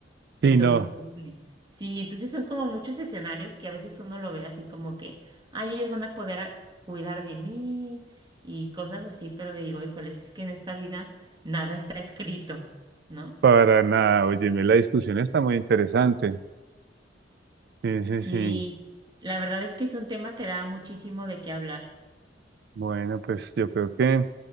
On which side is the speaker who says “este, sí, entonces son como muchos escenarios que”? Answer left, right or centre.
Right